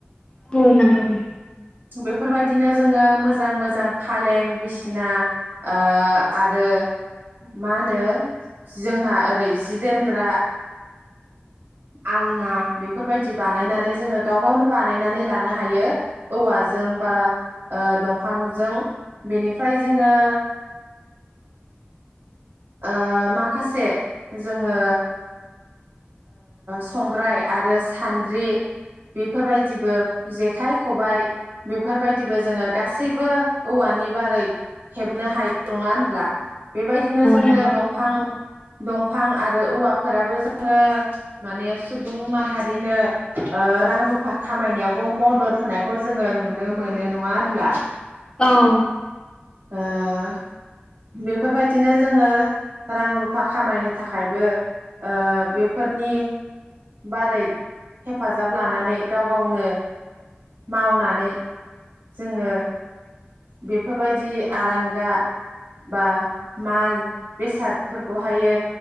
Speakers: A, on the left; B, on the right.
A: औ नोंगौ नों
B: बेफोर बायदिनो जोङो मोजां मोजां फालें बिसिना ओ आरो मा होनो जोंहा ओरै जि दोनग्रा आलना बेफोर बायदि बानायनानै जोङो गाव गावनो बानायनानै लानो हायो। औवाजों
A: औ
B: बा ओ दंफां फांजों बेनिफ्राय जोङो ओ माखासे जोङो संग्राय आरो सान्द्रि बेफोर बायदिबो जेखाइ खबाइ बेफोर बायदिबो जोङो गासैबो औवानि बारै हेबनो हायो नङा होनब्ला? बेबायदिनो जोंनो
A: नंगौ
B: दंफां दंफां आरो औवाफोराबो जोंनो माने सुबुं माहारिनो ओ रां रुफा खामायनायावबो मदद होनायखौ जोङो नुनो मोनो नङा होनब्ला।
A: औ।
B: ओ बेफोरबायदिनो जोङो रां रुफा खामायनो थाखायबो ओ बेफोरनि बारै हेफाजाब लानानै गाव गावनो मावनानै जोङो बेफोर बेफोरबायदि आरांगा बा माल बेसादफोरखौहायो